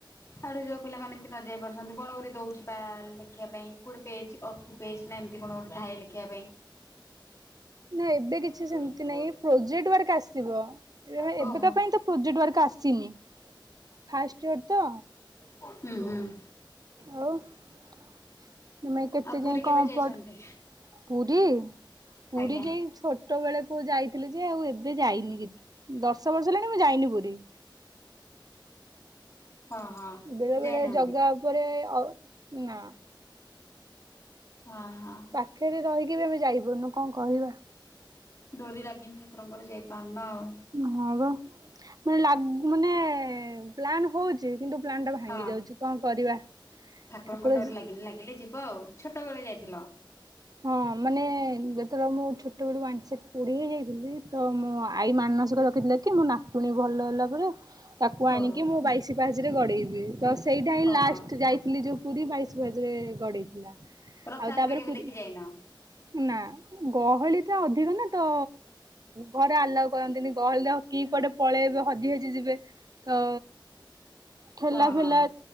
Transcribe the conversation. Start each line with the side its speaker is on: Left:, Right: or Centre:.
Left: ଆଡେ ଯୋଉ ପିଲାମାନେ ବି ନ ଯାଇ ପାରୁଛନ୍ତି କଣ ଗୋରେ ଦଉଛି ପା ଲେଖିବା ପାଇଁ କୋଉଠି ପେଜ ଅସ ପେଜ ନା ଏମିତି କଣ ଗୋଟେ ଥାଏ ଲେଖିବା ପାଇଁ।
Right: <inaudible> ଏବେ
Left: ଓହୋ
Right: କିଛି ସେମିତି
Left: ହୁଁ
Right: ନାଇଁ ପ୍ରୋଜେକ୍ଟ ୱାର୍କ ଆସିବ ଏ
Left: ହୁଁ
Right: ଏବେକା ପାଇଁ ତ ପ୍ରୋଜେକ୍ଟ ୱାର୍କ ଆସିନି। ଫାଷ୍ଟ ଇୟର ତ।
Left: ହୁଁ ହୁଁ।
Right: ଆଉ। ତମେ କେତେ
Left: ଆଉ ପୁରୀ
Right: ଯାଇ
Left: କେବେ
Right: କଣ
Left: ଯାଇଛନ୍ତି?
Right: ପ ପୁରୀ ପୁରୀ
Left: ଆଜ୍ଞା
Right: ଯାଇ ଛୋଟ ଛୋଟବେଳେ କୁଉ ଯାଇଥିଲି ଯେ ଆଉ ଏବେ ଯାଇନି କି ଦର୍ଶ ବର୍ଷ ହେଲାଣି ମୁଁ ଯାଇନି ପୁରୀ।
Left: ହଁ ହଁ
Right: ବେଳେ
Left: ଯାଇନାହାନ୍ତି
Right: ବେଳେ ଜଗା ଉପରେ ଅ ନା।
Left: ହଁ ହଁ।
Right: ପାଖରେ ରହିକି ବି ଆମେ ଯାଇପାରୁୁନୁ କଣ କହିବା।
Left: ଡୋରି ଲାଗିନି ଠାକୁରଙ୍କର ଯାଇପାରୁନ ଆଉ।
Right: ହଁ ବା ପୁଣି ଲାଗୁ ମାନେ ପ୍ଲାନ ହଉଛି। କିନ୍ତୁ ପ୍ଲାନ୍ ଟା ଭାଙ୍ଗି
Left: ହଁ
Right: ଯାଉଛି କଣ କରିବା ଠାକୁର
Left: ଠାକୁରଙ୍କ ଡୋରି ଲାଗିଲେ ଯିବ ଆଉ ଛୋଟ ବେଳେ ଯାଇଥିଲ।
Right: ହଁ। ହଁ ମାନେ ଯେତେବେଳେ ମୁଁ ଛୋଟବେଳୁ ୱାନ ସାଇଡ ପୋଡି ହେଇ ଯାଇଥିଲି ତ ମୋ ଆଈ ମାନସିକ ରଖିଥିଲା। କି ମୋ ନାତୁଣୀ ଭଲ ହେଲା ପରେ ତାକୁ ଆଣିକି
Left: ଓହୋ
Right: ମୁଁ ବାଇଶି ପାହାଚରେ ଗଡ଼େଇବି ତ ସେଇଟା ହିଁ
Left: ଓହୋ
Right: ଲାଷ୍ଟ ଯାଇ ଗଲି ଯୋଉ ପୁରୀ ବାଇଶି ପାହାଚ ରେ ଗଡେଇଥିଲା।
Left: ରଥଯାତ୍ରା
Right: ଆଉ ତାପରେ
Left: କେବେ
Right: ପୁରୀ
Left: ଦେଖି ଯାଇନ
Right: ନା। ଗହଳି ତ ଅଧିକ ନା ତ ଘରେ ଆଲାଉ କରନ୍ତିନି ଗହଳିରେ କିଏ କୁଆଡେ। ପଳେଇବେ ହଜି ହାଜି ଯିବେ ତ ଠେଲା
Left: ଓହୋ
Right: ପେଲା